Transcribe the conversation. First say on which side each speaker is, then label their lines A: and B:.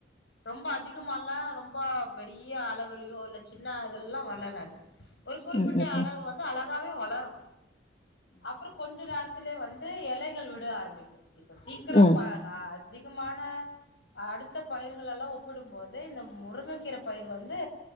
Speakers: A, on the left; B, on the left.
A: ரொம்ப அதிகமால்லா ரொம்ப பெரிய அளவிலயோ இல்ல சின்னதெல்லா வளராது ஒரு குறிப்பிட்ட
B: ம் ம் ம் ம் ம்
A: அளவு வந்து அழகாவே வளரு அப்றோ கொஞ்ச நேரத்திலயே வந்து எலைகள் விட ஆரம்பிக்கு இப்ப சீக்கிரோ
B: ம் ம்
A: யா அதிகமான அடுத்த பயிர்களெல்லா ஒப்பிடும்போது இந்த முருங்கக்கீர பயிர் வந்து